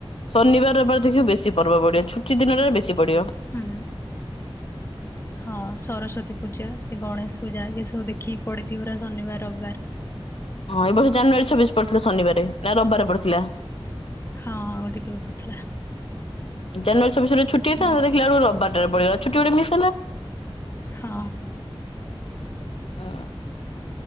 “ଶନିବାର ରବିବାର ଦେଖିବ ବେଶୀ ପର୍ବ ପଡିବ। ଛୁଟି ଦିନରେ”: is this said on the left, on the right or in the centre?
Left